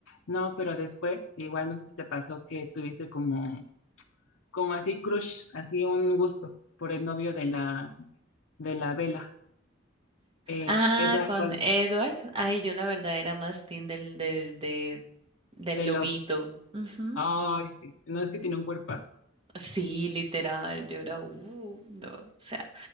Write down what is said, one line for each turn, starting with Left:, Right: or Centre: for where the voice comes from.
Left: No, pero después, igual no sé si te pasó que tuviste como, como así crush, así un gusto por el novio de la, de la Bella, el
Right: Ah,
Left: Edward
Right: con
Left: Cullen,
Right: Edward. Ay, yo la verdad era más team del, del, de- del
Left: de
Right: lobito.
Left: Love.
Right: Ujú.
Left: Ay, sí, no es que tiene un cuerpo
Right: Sí, literal, yo era, uh, no. O sea,